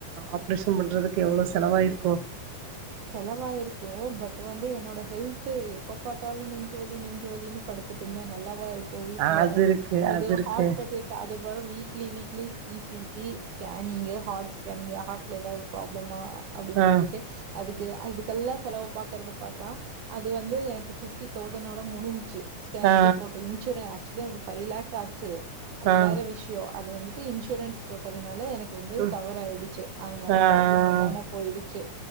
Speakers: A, on the right (about 70°); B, on the right (about 85°).
A: ஆப்ரேஷன் பண்றதுக்கு எவ்ளோ செலவாயிருக்கு
B: செலவாயிருக்கு பட் வந்து என்னோட ஹெல்த் த்து எப்ப பாத்தாலு நெஞ்சு வலி நெஞ்சுலின்னு படுத்துட்டு இருந்தா நல்லாவா இருக் இப்போ வீட்டுல
A: ஆ அது இருக்கு
B: அது
A: இருக்கு
B: ஹாஸ்பிட்டலுக்கு அது வரும் weekly weekly ECG scanning heart scanning ஹார்ட்ல ஏதாது ப்ராப்ளமா அப்பிடின்
A: ஆ
B: சொல்லிட்டு அதுக்கு அதுக்கெல்லா செலவு பாக்கறது பாத்தா அது வந்து எனக்கு ஃபிப்டி தௌசண்வோட முடிஞ்சுச்சி ஸ்கே
A: ஆ
B: இது போட்ட இன்சூர ஆக்சுலி அந்த ஃவைவ் லாக் ஆச்சி அது
A: ஆ
B: வேற விஷ்யோ அது வந்துட்டு இன்சூரன்ஸ் போட்டதுனால எனக் க்கு வந்து
A: ம்
B: தவறு ஆயிடுச்சி அதனால
A: ஆ
B: ப்ராப்ளம் இல்லாம போயிடுச்சி